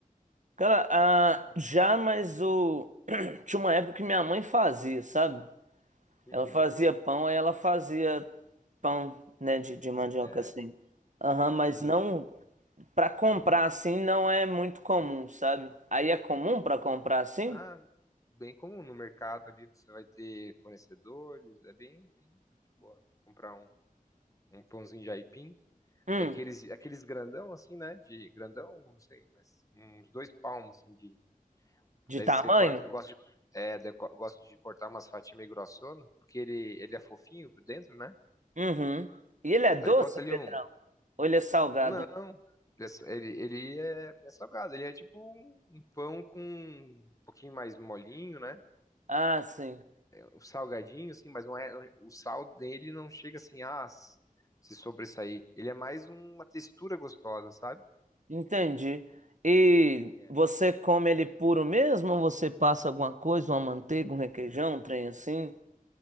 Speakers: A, on the right; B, on the left.
A: Cara, ah, já, mas o. <clears throat> Tinha uma época que minha mãe fazia, sabe?
B: Uhum.
A: Ela fazia pão, aí ela fazia pão, né, de, de mandioca
B: É,
A: assim. Aham, mas
B: isso.
A: não
B: é.
A: para comprar assim não é muito comum, sabe? Aí é comum para comprar assim?
B: Ah, bem comum no mercado ali, você vai ter fornecedores, é bem, bem, bem de boa. Comprar um, um pãozinho de aipim,
A: Hum,
B: daqueles, aqueles grandão assim, né? De grandão, não sei, mas uns dois palmos assim de,
A: de
B: Daí
A: tamanho?
B: você corta. Eu gosto de, é, daí eu co- gosto de cortar umas fatias meio grossona, porque ele, ele é fofinho por dentro, né?
A: Uhum. E ele é doce,
B: Daí bota ali
A: Pedrão?
B: um.
A: Ou ele é salgado?
B: Não, ele, é sa- ele ele é, é salgado, ele é tipo um, um pão com um pouquinho mais molinho, né?
A: Ah, sim.
B: O salgadinho, assim, mas não é. O sal dele não chega assim, ah, s- se sobressair. Ele é mais uma textura gostosa, sabe?
A: Entendi. E
B: É.
A: você come ele puro mesmo? Ou você passa alguma coisa, uma manteiga, um requeijão, um trem assim?